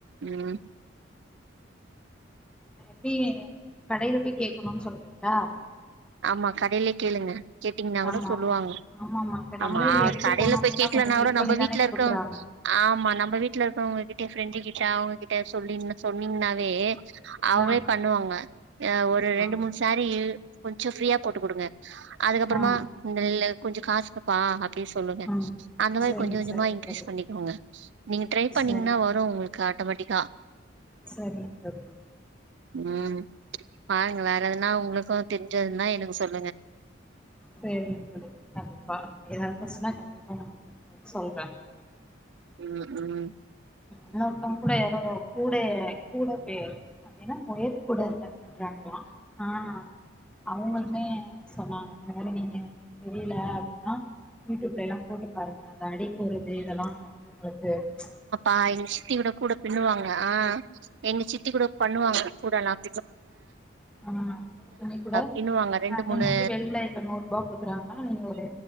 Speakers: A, on the right; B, in the centre.
A: உம்
B: ஆ இப்பயே கடையில பொய் கேட்கணுன் சொல்றிங்ளா
A: ஆமா கடையிலே கேளுங்க கேட்டிங்கனா கூட
B: ஆமா
A: சொல்லுவாங்க
B: ஆமா ஆமா இப்ப
A: ஆமா
B: நம்மளே இத எடுக்க
A: கடைல
B: போனோ
A: பொய்
B: அப்டின்னா
A: கேட்லனா
B: கொஞ்சோ வெயிட்
A: கூட நம்ம
B: பண்ணிதானே
A: வீட்ல
B: குடுக்குறாங்க
A: இருக்கா ஆமா நம்ம வீட்ல இருக்கவங்ககிட்ட ஃப்ரெண்டு கிட் க அவங்ககிட்ட சொல்லின்னு சொன்னிங்னாவே அவங்களே
B: ஆ
A: பண்ணுவாங்க ய ஒரு
B: ஆ
A: ரெண்டு மூண் சேரி கொஞ்சொ ஃப்ரீயா போட்டு குடுங்க அதுக்கப்பறமா
B: ஆ
A: டெல்லு கொஞ்சொ காசுகப்பா அப்டி சொல்லுங்க
B: ஆ
A: அந்த மாரி
B: சரிங்க
A: கொஞ்சொ கொஞ்சமா
B: சரிங்க
A: இன்க்ரீஸ்
B: தோழி
A: பண்ணிக்கோங்க நீங்க ட்ரை பண்ணிங்ன்னா
B: சரிங்க
A: வரு உங்ளுக்கு ஆட்டோமேட்டிக்கா
B: சரிங்க தோழி
A: உம் பாருங்க வேற எதனா உங்ளுக்கு தெரிஞ்சதுன்னா எனக்கு சொல்
B: சரிங்க கண்டிப்பா <unintelligible> சொன்னா கண்டிப்பா நா <unintelligible> சொல்றேன்
A: உம் உம்
B: இன்னொருத்தங் கூட யாரோ <unintelligible> அ கூட பே <unintelligible> ஒயர்கூட அனுப்பிச்சாங்களா ஆ அவுங்களுமே சொன்னாங்க அந்த வேல நீங்க புரியல அப்டின்னா யூடியூப்ல எல்லாம் போட்டு பாருங்க அந்த அடி போறது இதெல்லாம் வ உங்களுக்கு சரி ப்ச்
A: அ எங்க சித்தி கூட கூட பின்னுவாங்க ஆஹ் எங்க சித்தி கூட பண்ணுவாங்க கூடெல்லாம்
B: ஆஹ் பண்ணி கூட
A: பின்னுவாங்க ரெண்டு
B: ஆஹ் நீங்க
A: மூணு
B: வந்து வெளில இப்ப நூறு ரூபாய் குடுக்குறாங்கன்னா நீங்க ஒரு